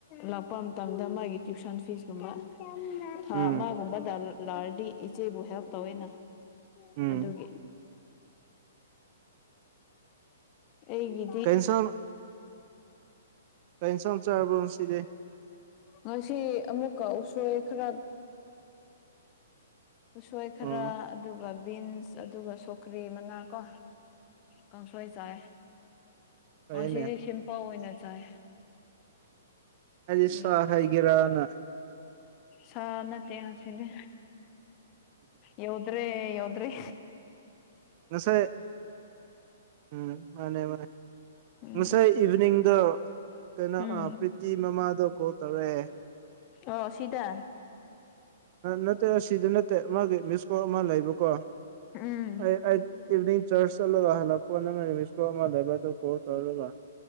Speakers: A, on the left; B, on the right.
A: ꯂꯥꯛꯄ ꯃꯇꯝꯗ ꯃꯥꯒꯤ ꯇ꯭ꯋꯨꯁꯟ ꯐꯤꯁꯀꯨꯝꯕ ꯊꯥ
B: ꯎꯝ
A: ꯑꯃꯥꯒꯨꯝꯕꯗ ꯂꯛꯔꯗꯤ ꯏꯆꯦꯕꯨ ꯍꯦꯜꯞ ꯇꯧꯋꯅ
B: ꯎꯝ
A: ꯑꯗꯨꯒꯤ ꯑꯩꯒꯤ
B: ꯀꯩ ꯏꯟꯁꯥꯡ ꯀꯩ ꯏꯟꯁꯥꯡ ꯆꯥꯔꯕꯣ ꯉꯁꯤꯗꯤ
A: ꯉꯁꯤ ꯑꯃꯨꯛꯀ ꯎꯁꯣꯏ ꯈꯔ ꯎꯁꯣꯏ ꯈꯔ
B: ꯑꯣ
A: ꯑꯗꯨꯒ ꯕꯤꯟꯁ ꯑꯗꯨꯒ ꯁꯧꯒ꯭ꯔꯤ ꯃꯅꯥ ꯀꯣ ꯀꯥꯡꯁꯣꯏ ꯆꯥꯏ
B: ꯐꯩꯅꯦ
A: ꯑꯁꯤꯗꯤ ꯁꯤꯝꯄꯜ ꯑꯣꯏꯅ ꯆꯥꯏ
B: ꯍꯥꯏꯗꯤ
A: ꯎꯝ
B: ꯁꯥ ꯍꯥꯏꯒꯦꯔꯥꯅ
A: ꯁꯥ ꯅꯠꯇꯦ ꯑꯁꯤꯗꯤ ꯌꯎ ꯗ꯭ꯔꯦ ꯌꯥꯎꯗ꯭ꯔ‌ꯦ
B: ꯉꯁꯥꯏ ꯎꯝ ꯃꯥꯅꯦ ꯃꯥꯅꯦ
A: ꯎꯝ
B: ꯉꯁꯥꯏ ꯏꯚꯤꯅꯤꯡ ꯑꯗꯣ ꯀꯩꯅꯣ
A: ꯎꯝ
B: ꯄ꯭ꯔꯤꯇꯤ ꯃꯃꯥꯗꯣ ꯀꯣꯜ ꯇꯧꯔꯛꯑꯦ
A: ꯑ‌ꯣ ꯁꯤꯗꯥ
B: ꯅꯠꯇꯦ ꯑꯁꯤꯗꯤ ꯅꯠꯇꯦ ꯃꯥꯒꯤ ꯃꯤꯁꯀꯣ ꯑꯃ ꯂꯩꯕꯀꯣ
A: ꯎꯝ
B: ꯑꯩ ꯏꯚꯤꯅꯤꯡ ꯆꯔ꯭ꯁ ꯆꯠꯂꯒ ꯍꯜꯂꯛꯄꯀꯣ ꯂꯩ ꯀꯣꯂ